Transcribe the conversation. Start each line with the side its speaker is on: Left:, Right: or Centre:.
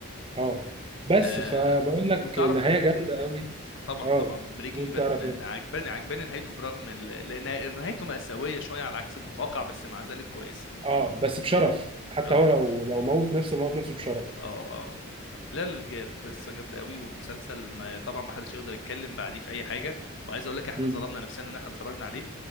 Right: اه بس
Left: آه
Right: فبقول لك
Left: وتعرف
Right: نهايه جامده قوي
Left: طبعا
Right: اه
Left: طبعا بريكنج
Right: قول
Left: باد
Right: تعرف ايه
Left: عجباني عجباني نهايته برغم ال- لان نهايته مأساويه شويه على عكس المتوقع بس مع ذلك كويسه
Right: اه بس بشرف حتى
Left: اه
Right: هو لو لو موت نفسه موت نفسه بشرف
Left: اه اه لا الج- القصه جامده قوي والمسلسل ما طبعا ما حدش يقدر يتكلم بعديه في اي حاجه وعايز اقول لك احنا
Right: مم.
Left: ظلمنا نفسنا ان احنا اتفرجنا عليه